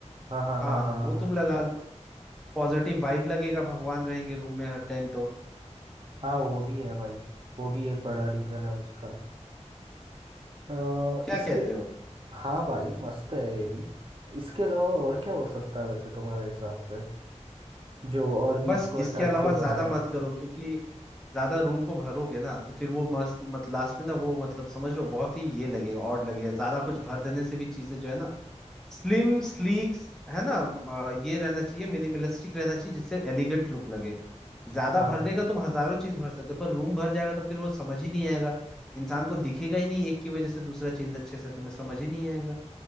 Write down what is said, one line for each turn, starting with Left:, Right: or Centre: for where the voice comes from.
Right: हाँ हाँ
Centre: हाँ
Right: हाँ हाँ
Centre: वो
Right: हाँ
Centre: तुम लगा लो पॉजिटिव वाइब लगेगा भगवान रहेंगे रूम में हर टाइम तो
Right: हाँ वो भी है भाई वो भी एक बड़ा रीज़न है उसका अ,
Centre: क्या
Right: इसके
Centre: कहते हो
Right: हाँ भाई मस्त है ये भी इसके अलावा और क्या हो सकता है वैसे तुम्हारे हिसाब से जो और भी
Centre: बस
Right: इसको
Centre: इसके
Right: अट्रैक्टिव
Centre: अलावा ज्यादा
Right: बनाए
Centre: मत करो क्योंकि ज्यादा रूम को भरोगे ना तो फिर वो मस्त मत लास्ट में ना वो मतलब समझ लो बहुत ही ये लगेगा ऑड लगेगा ज्यादा कुछ भर देने से भी चीजें जो है ना स्लिम स्लीक है ना अ, ये रहना चाहिए मिनिमलिस्टिक रहना चाहिए जिससे एलिगेंट लुक लगे ज्यादा
Right: हाँ
Centre: भरने का तुम हजारों चीज भर सकते हो पर रूम भर जाएगा तो फिर वो समझ ही नहीं आएगा इंसान को दिखेगा ही नहीं एक की वजह से दूसरा चीज अच्छे से तुम्हें समझ ही नहीं आएगा